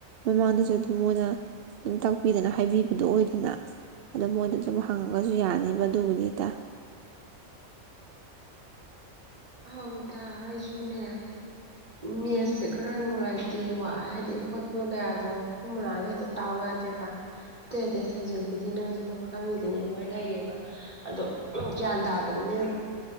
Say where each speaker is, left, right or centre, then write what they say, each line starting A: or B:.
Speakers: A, on the right (about 60°); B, on the right (about 30°).
A: ꯃꯃꯥꯡꯗꯁꯨ ꯑꯗꯨꯝ ꯃꯣꯏꯅ ꯑꯗꯨꯝ ꯇꯥꯛꯄꯤꯗꯅ ꯍꯥꯏꯕꯤꯕꯗꯣ ꯑꯣꯏꯗꯅ ꯑꯗ ꯃꯣꯏꯗ ꯑꯗꯨꯝ ꯍꯪꯉꯒꯖ ꯁꯨ ꯌꯥꯅꯤꯕ ꯑꯗꯨꯕꯨꯅꯤ ꯏꯇꯥ
B: ꯑꯥꯎ ꯏꯇꯥ ꯑꯩꯁꯨ ꯗꯨꯅꯦ ꯃꯦꯠꯁꯦ ꯈꯔ ꯅꯨꯡꯉꯥꯏꯇꯦ ꯋꯥ ꯍꯥꯏꯗꯤ ꯍꯣꯠꯄ ꯀꯌꯥꯗꯣ ꯐꯣꯔꯃꯨꯂꯥꯗꯣ ꯍꯦꯛꯇ ꯇꯥꯎ ꯌꯥꯗꯦꯕ ꯑꯇꯩ ꯑꯇꯩ ꯁꯕꯖꯦꯛꯄꯨꯗꯤ ꯅꯪꯁꯨ ꯑꯗꯨꯝ ꯈꯪꯉꯤ ꯗꯤꯅꯦ ꯂꯣꯏ ꯍꯩꯌꯦꯕ ꯑꯗꯣ ꯎꯝ ꯒ꯭ꯌꯥꯟ ꯇꯥꯗꯕꯅꯤꯅ